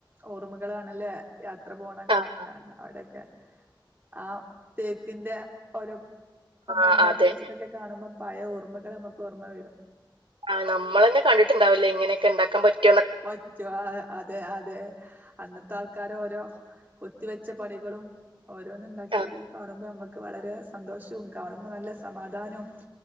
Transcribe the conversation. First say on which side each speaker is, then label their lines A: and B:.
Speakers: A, on the right; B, on the right.
A: ഓർമ്മകളാണല്ലേ യാത്ര പോണ കണ
B: ആഹ് ആഹ്
A: കാണ്ണ അവിടെക്കെ ആഹ് തേക്കിന്റെ ഓരോ ഒന്ന്
B: ആഹ്
A: ഇണ്ടാക്കി
B: അതെ
A: വെച്ചിട്ട തൊക്കെ കാണുമ്പം പയ ഓർമ്മകള് നമുക്ക് ഓർമ്മവരും
B: ആഹ് നമ്മളെന്നെ കണ്ടിട്ടുണ്ടാവില്ല ഇങ്ങനെക്കെ ഇണ്ടാക്കാൻ പറ്റു
A: പറ്റുവ അതെ അതെ അന്നത്തെ ആൾക്കാരോരൊ കൊത്തി വെച്ച പണികളും ഓരോന്നിണ്ടാക്കി
B: ആഹ്
A: അത് കാണുമ്പ ഞമ്മ ക്ക് വളരെ സന്തോഷോം കാണുമ്പ നല്ല സമാധാനൊം